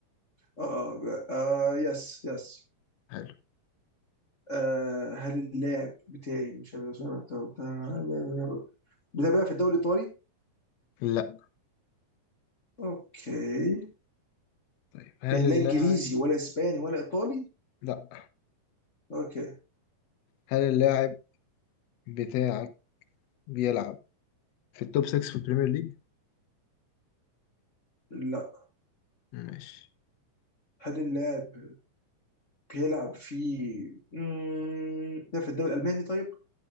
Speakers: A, on the left; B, on the left.
A: آه آه آه، يس يس
B: حلو
A: آه هل اللاعب بتاعي مش عارف اسمه، بتاع- بتاع- بتاعي بيلعب في الدوري الإيطالي؟
B: لا
A: أوكي
B: طيب هل
A: يعني
B: اللاعب
A: لا إنجليزي ولا إسباني ولا إيطالي؟
B: لا
A: أوكي
B: هل اللاعب بتاعك بيلعب في التوب 6 في البريمير ليج؟
A: لا
B: ماشي
A: هل اللاعب بيلعب في مم، ده في الدوري الألماني طيب